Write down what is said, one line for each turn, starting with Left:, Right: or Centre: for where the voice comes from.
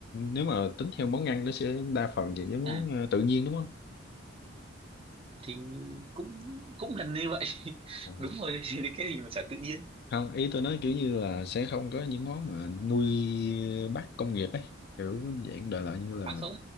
Left: nếu mà tính theo món ăn nó sẽ đa phần về những món
Right: ừ,
Left: ờ, tự nhiên đúng không
Right: thì cũng cũng gần như vậy <laughs>
Left: À.
Right: đúng rồi <laughs> thì cái gì mà chả tự nhiên
Left: không ý tôi nói kiểu như là sẽ không có những món mà nuôi bắt công nghiệp ấy kiểu dạng đời lại như là
Right: à không